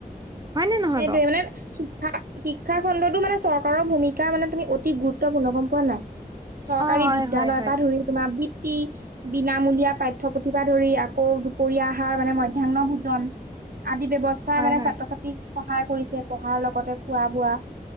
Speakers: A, on the right; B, on the right.
A: হয় নে নহয়
B: সেইটোৱে
A: বাৰু
B: মানে শিক্ষা শিক্ষাখণ্ডতো মানে চৰকাৰৰ ভূমিকা মানে তুমি অতি গুৰুত্বপূৰ্ণ গম পোৱা নাই, চৰকাৰী
A: অ হয়
B: বিদ্যালয়ৰপৰা
A: হয় হয়
B: ধৰি তোমাৰ বৃত্তি বিনামূলীয়া পাঠ্যপুতিৰপৰা ধৰি আকৌ দুপৰীয়া আহাৰ মানে মথ্যাহ্ন ভোজন আদি ব্যৱস্থা
A: হয়
B: মানে
A: হয়
B: ছাত্ৰ ছাত্ৰীক সহায় কৰিছে, পঢ়াৰ লগতে খোৱা বোৱা।